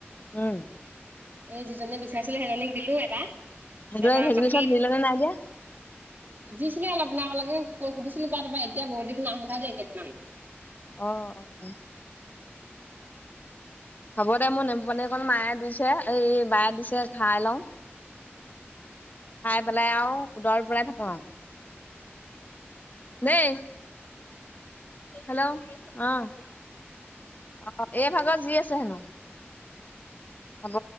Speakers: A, on the left (about 40°); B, on the right (about 50°).
A: উম।
B: এই যিজনীয়ে বিচাৰিছিলে সেইজনীক দিলোঁ এটা
A: সেইটোৱে
B: তাৰপৰা
A: সেইজনী
B: বাকী
A: চব জুৰিলে
B: দু
A: নে নাই এতিয়া
B: দিছিলে অলপ দিনৰ আগলেকে সুধিছিলো তাৰ তাৰপা এতিয়া বহুত দিন না সোধা দেই কেইদিনমান।
A: অ'-অ'। হ'ব দে মোৰ নেমুপানী অকণ মায়ে দিছে এই বায়ে দিছে খাই লওঁ। খাই পেলাই আৰু উদৰত বৰাই থাকো আৰু। দেই হেল্ল' অহ, অ' এই ভাগত যি আছে হেনো হব।